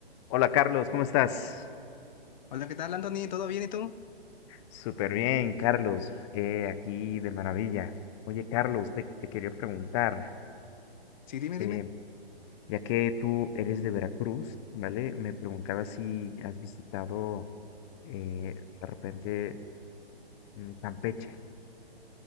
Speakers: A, on the left; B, on the left.
A: Hola Carlos, ¿cómo estás?
B: Hola, ¿qué tal, Anthony? ¿Todo bien y tú?
A: Súper bien, Carlos. eh, aquí de maravilla. Oye, Carlos, te, te quería preguntar,
B: Sí, dime,
A: eh,
B: dime.
A: ya que tú eres de Veracruz, ¿vale? Me preguntaba si has visitado eh, de repente mm, Campeche.